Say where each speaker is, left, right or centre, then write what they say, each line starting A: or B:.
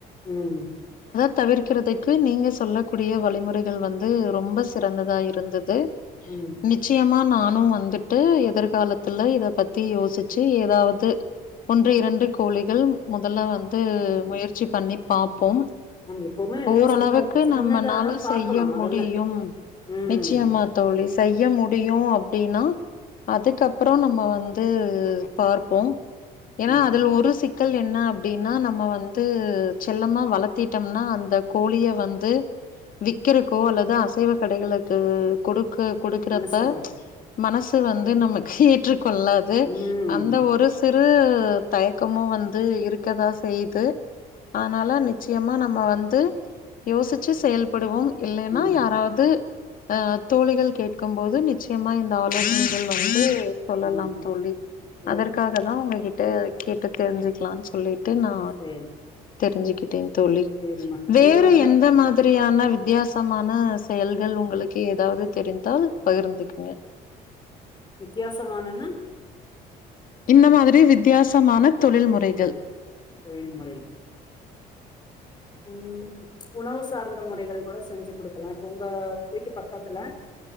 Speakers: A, on the left (about 25°); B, on the left (about 55°).
A: ம்ம்
B: தவிர்க் இருக்கிறதுக்கு நீங்க சொல்ல கூடிய வழிமுறைகள் வந்து ரொம்ப சிறந்ததா இருந்தது
A: ம்
B: நிச்சயம் ம் நானும் வந்துட்டு எதிர்காலத்துல இத பத்தி யோசிச்சு ஏதாவது ஒன்று இரண்டு கோழிகள் முதல்ல வந்து முயற்சி பண்ணி பாப்போம்
A: நம்ம எப்பவுமே
B: ஓரளவுக்கு
A: சின்ன சின்னதா
B: நம்மனால
A: தா பாக்கணு
B: செய்ய
A: மொதல்ல
B: முடியும்
A: ம்
B: நிச்சயமா தோழி செய்ய முடியும் அப்படின்னா அதுக்கப்புறம் நம்ம வந்தூ பார்ப்போம் ஏன்னா
A: ம்
B: அதுல ஒரு க்கள் என்ன அப்படின்னா நம்ம வந்து செல்லமா வளத்திடோம்னா அந்த ந்த கோழிய வந்து விக்கிறகோ அல்லது அசைவ கடைகளுக்கு கொடு க்கு கொடுக்குறப
A: மனசு வராது
B: மனசு வந்து நமக்கேற்று கொள்ளாது
A: ம்
B: அந்த ஒரு சிறு தயக்கமும் வந்து இருக்கதா செய்து அதனால நிச்சயமா நம்ம வந்து து யோசிச்சு செயல்படுவோம் இல்லைனா
A: ம்
B: யாராவது அஹ் தோழிகள் கேட்கும் போது நிச்சயமா இந்த ஆலோசனைகள் வந்து சொல்லலாம்
A: ம்
B: தோழி அதற்காக
A: ஓகே
B: தான் உங்ககிட்ட கேட்டு தெரிஞ்சு கலான்னு சொல்லி த்து நா
A: சேரி
B: தெரிஞ்சுக்கிட்டேன் தோழி
A: சேரிம்மா
B: வேற
A: அதே மாரிதா
B: எந்த மாதிரி இப்படியான வித்தியாசமான செயல்கள் உங்களுக்கு எதாவது தெரிந்தால் பகிர்ந்துக்குங்க
A: வித்தியாசமானனா
B: இந்த மாதிரி வித்தியாசமான தொழில் முறைகள்
A: தொழில் முறை உஹம் உணவு சார்ந்த முறைகள் கூட செஞ்சு கொடுக்கலாம் இப்ப உங்க வீட்டு பக்கத்துல